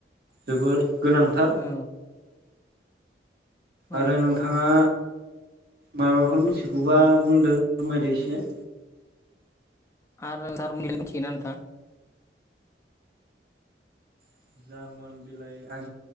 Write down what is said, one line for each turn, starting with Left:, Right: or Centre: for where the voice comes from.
Right: जोबोर गोनांथार।
Left: औ औ
Right: आरो नोंथाङा माबाफोर मिथिगौबा बुंदो फोरमायदो इस यो
Left: आरो जारमुनिखो मिथियोना नोंथाङा?
Right: <inaudible> आं